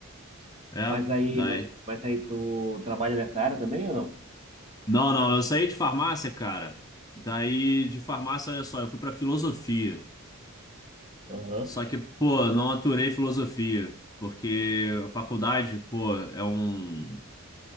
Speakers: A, on the left (about 15°); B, on the right (about 30°).
A: é,
B: Mas aí,
A: daí.
B: mas, mas aí tu trabalha nessa área também ou não?
A: Não, não, eu saí de farmácia, cara. Daí, de farmácia, olha só, eu fui pra filosofia.
B: Aham.
A: Só que, pô, não aturei filosofia, porque a faculdade, pô, é um